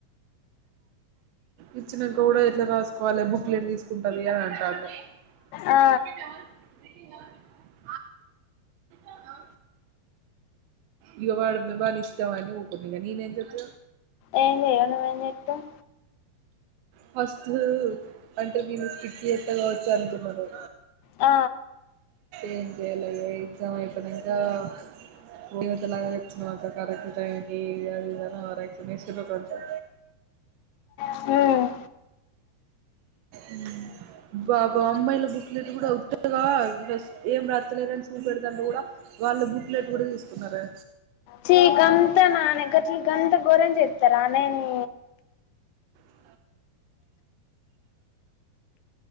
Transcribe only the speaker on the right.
ఇచ్చినంక కూడా ఎట్ల రాసుకోవాలి బుక్లెట్ తీసు ఫుడ్ అలియా అంటాడు <unintelligible>
అ ఇగ వాడు వ్య వాన్ ఇష్టమని ఉకున్న ఇగ నేను ఎమ్ జెప్ప
ఫస్టు అంటే నేను స్టీటు జెత్త కావోచ్చు అనుకున్నారు
ఏమ్ జేయలే ఇగ ఎక్సమ్ అయిపెనక ఆ దేవతలగ వచ్చినవ్ అక్క కరక్ట్ టైయన్ కీ ఇగ ఇగ ఓవ ర్యాకుషన్ ఏషీర్ కొంచెం
ఉమ్ <unintelligible> బాబా అమ్మాయిల బుక్లెట్ కూడా ఉత్త గా రస్ ఏం రాతలేరని సుప్ పెడదంటే కూడా వాళ్ళు బుక్లెట్ కూడా తీసుకున్నారే
అ